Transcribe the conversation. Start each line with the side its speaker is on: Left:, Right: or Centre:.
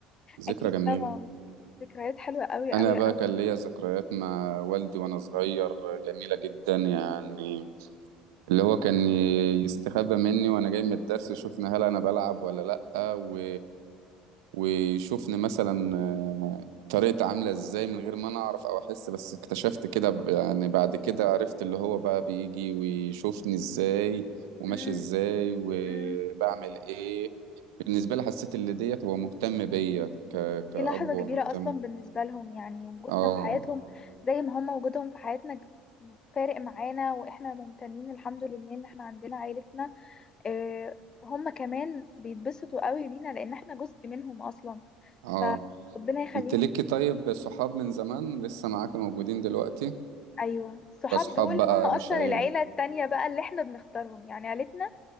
Right: ذكرى
Left: أكيد
Right: جميله
Left: طبعا ذكريات حلوة أوي أوي
Right: انا بقى
Left: أوي
Right: كان ليا ذكريات مع والدي وانا صغير جميله جدا يعني اللي هو كان ي- يستخبى مني وانا جاي من الدرس يشوفني هل انا بلعب ولا لأ و... ويشوفني مثلا آه، طريقتي عاملة ازاي من غير ما انا اعرف او احس بس اكتشفت كده ب- يعني بعد كده عرفت اللي هو بقى بيجي ويشوفني ازاي وماشي
Left: أمم،
Right: ازاي وبعمل
Left: أمم.
Right: ايه بالنسبة لي حسيت اللي ديت هو مهتم بيا ك... كأب
Left: دي لحظة
Right: هو
Left: كبيرة
Right: مهتم
Left: أصلا بالنسبة لهم يعني وجودنا
Right: اه
Left: في حياتهم زي ما هم وجودهم في حياتنا ج- فارق معانا وإحنا ممتنين الحمد لله إن إحنا عندنا عائلتنا آه، هم كمان بيتبسطوا قوي بينا لأن إحنا جزء منهم أصلا
Right: اه
Left: فربنا يخليهم
Right: انت ليكي طيب صحاب من زمان لسه معاك موجودين دلوقتي
Left: أيوة الصحاب
Right: كأصحاب
Left: دول
Right: بقى
Left: هم أصلا
Right: مش عيلة
Left: العيلة التانية بقى اللي إحنا بنختارهم يعني عيلتنا